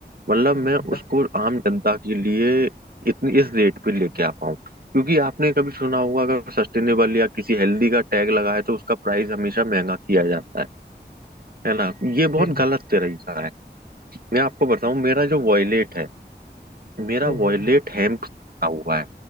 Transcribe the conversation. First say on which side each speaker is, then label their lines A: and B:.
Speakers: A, on the right; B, on the left.
A: मतलब
B: जी
A: मैं उसको आम जनता के लिए इतनी इस रेट पे लेके आ पाऊं क्योंकि आपने कभी सुना होगा अगर सस्टेनेबल या किसी हेल्दी का टैग लगा है तो उसका प्राइस हमेशा महंगा किया जाता है है ना ये बहुत
B: जी
A: गलत तरीका है मैं आपको बताऊं मेरा जो वॉयलेट है मेरा
B: हम्म,
A: वॉयलेट
B: हम्म।
A: हेम्प बना हुआ है